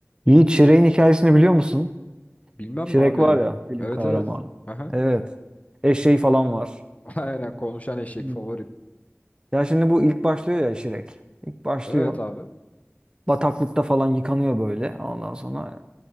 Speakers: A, on the right; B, on the left.
A: Yiğit Şirek'in hikayesini biliyor musun?
B: Bilmem
A: Şirek
B: mi abi?
A: var ya film
B: Evet
A: kahramanı.
B: evet. Aha.
A: Evet. Eşeği falan var.
B: <laughs> Aynen konuşan eşek
A: Hmm.
B: favorim.
A: Ya şimdi bu ilk başlıyor ya Şirek. İlk başlıyor.
B: Evet abi.
A: Bataklıkta falan yıkanıyor böyle. Ondan sonra